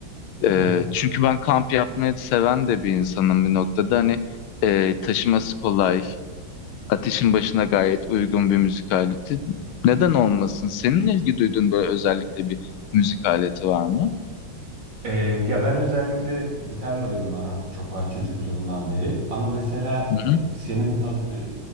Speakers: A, on the right (about 60°); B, on the left (about 80°).
A: Evet.
B: E, çünkü ben kamp yapmayı seven de bir insanım bir noktada. Hani e, taşıması kolay. Ateşin başına gayet uygun bir müzik aleti. Neden olmasın? Senin ilgi duyduğun böyle özellikle bir müzik aleti var mı?
A: Ee, ya ben özellikle gitarla benim aram çok var çocukluğumdan beri. Ama mesela
B: Hı
A: e,
B: hı.
A: senin az- e,